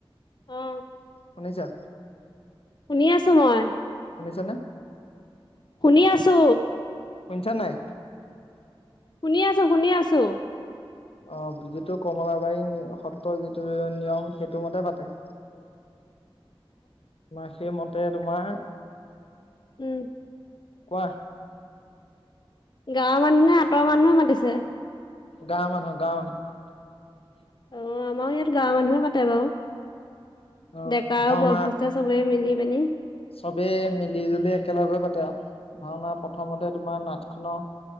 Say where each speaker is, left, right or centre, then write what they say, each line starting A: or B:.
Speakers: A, on the left; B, on the left.
A: উম।
B: শুনিছা?
A: শুনি আছো মই।
B: শুনিছেনে?
A: শুনি আছো।
B: শুনিছা নাই?
A: শুনি আছো শুনি আছো।
B: অ যিটো কমলাবাৰী সত্ৰৰ যিটো নিয়ম সেইটো মতে পাতে।
A: অ <unintelligible>
B: তোমাৰ সেইমতে তোমাৰ,
A: উম,
B: কোৱা।
A: গাঁৱৰ মানুহ নে আঁতৰ মানুহে মাতিছে।
B: গাঁও মানহ গাঁৱৰ মানুহ।
A: অ আমাৰো ইয়াত গাঁৱৰ মানুহে পাতে বাৰু।
B: অ'
A: ডেকা
B: ভাওনা
A: আৰু বয়সস্থ চবে মিলি পেনি।
B: চবেই মিলি জুলি একেলগে পাতে আৰু, ভাওনা প্ৰথমতে তোমাৰ নাট খনৰ।